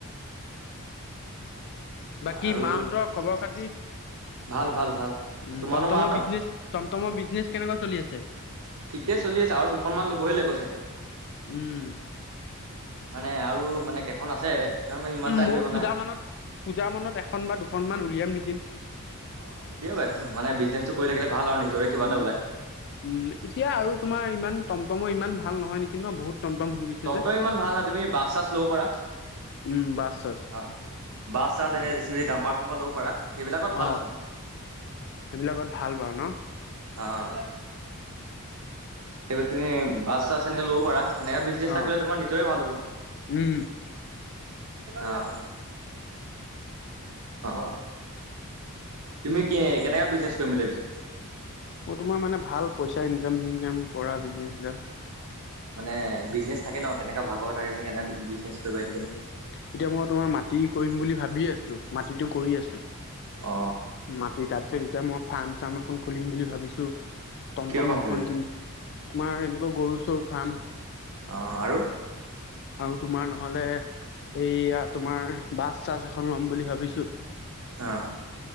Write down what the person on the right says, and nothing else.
আৰু
ভাল ভাল ভাল
তোমাৰো
মাহঁতৰ
ঠিকেই চলি আছে, আৰু দুশ মান ল'বহে লাগিব চাগে।
মানে আৰু মানে কেইখন আছে সেইখন মানে ইমান এটা
হেৰি হোৱা
নাই
অ দিয়া বাৰু একো মানে বিজনেছটো কৰি থাকিলে ভাল আৰু নিজৰে কিবা
এটা ওলাই
টম
তম ইমান ভাল নহয় তুমি বাছ চাছ লব পাৰা
অ' বাছ চাছ
এনে জি চি বিি ডাম্পাৰ চাম্পাৰ ল'ব পাৰা এইবিলাকৰ ভাল
আছে মানে
অ' সেই বুলি তুমি বাচ চাছ এনেকে লব পাৰা এনেকা বিজনেছ এটা
কৰিলে তোমাৰ নিজৰে ভাল হ'ব। অ'
অ' অ' অ'। তুমি কি কেনেকা বিজনেছ কৰিম বুলি ভাবিছা?
অ' মানে বিজনেছ থাকে ন, কেনেকা ভাগৰ থাকে কেনে বিজনেছ কৰিবা এতিয়া
অ
কিহৰ
ফাৰ্ম
খুলিবা
অ' আৰু?
আহ।